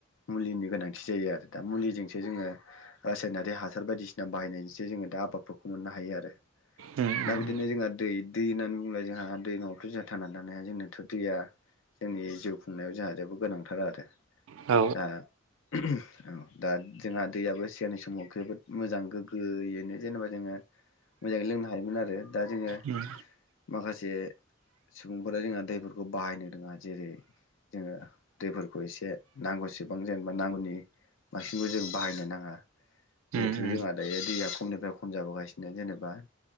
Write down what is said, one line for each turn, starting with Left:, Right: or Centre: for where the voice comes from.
Left: मुलिनि गोनांथि जायो आरो दा मुलिजोंसो जोंङो रासायनारि हासार बायदिसिना बाहायनायजोंसो जोंङो दा आबादफोरखौ मोननो हायो आरो।
Right: औ
Left: दा
Right: औ
Left: बिदिनो जोंहा दै दै होननानै बुंल जोंहा दै नंङाबाथ' जोंहा थांनानै थानो हा जोंनाथ' दैया जोंनि जिउ खुंनायाव जोंहा जोबोद गोनांथार आरो
Right: औ
Left: दा उमह उमह दा जोंहा दैयाबो सिगांनि समाव जोबोद मोजां गोग्गोयैनो जेनेबा जोंङो मोजांङै लोंनो हायोमोन आरो दा जोंङो
Right: उम
Left: माखासे सुबुंफोरा जोंहा दैफोरखौ बाहायनो रोंङा जेरै जोंङो दैफोरखौ एसे नांगौसेबां जेनेबा नांगौनि बांसिनखौ जों बाहायनो नांङा जिहेथु
Right: उम उम
Left: जोंहा दायो दैया खमनिफ्राय खम जाबोगासिनो जेनेबा